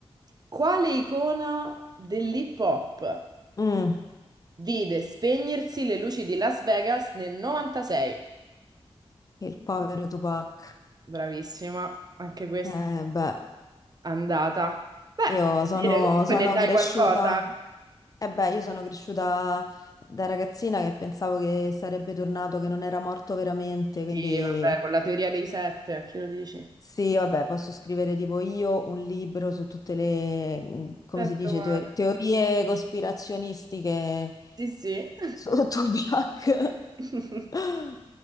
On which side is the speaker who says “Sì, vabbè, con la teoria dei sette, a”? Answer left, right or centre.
Right